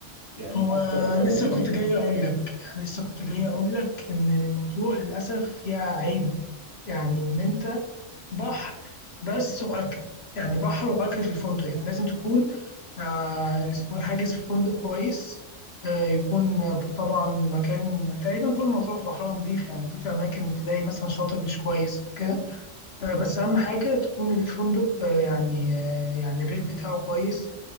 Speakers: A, on the left (about 30°); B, on the left (about 60°).
A: يعني
B: هو
A: اكتر برنامج
B: لسه كنت جاي اقول لك يعني لسه كنت جاي اقول لك ان مطروح للاسف فيها عيب يعني ان انت بحر بس واكل يعني بحر واكل في الفندق يعني لازم تكون آه اسمه إيه، حاجز في فندق كويس آه يكون طبعا مكان تقريبا كل مطروح بحرها نظيف يعني مفيش اماكن تلاقي مثلا شاطئ مش كويس او كده آه بس اهم حاجه تكون الفندق آه يعني آه يعني الريت بتاعه كويس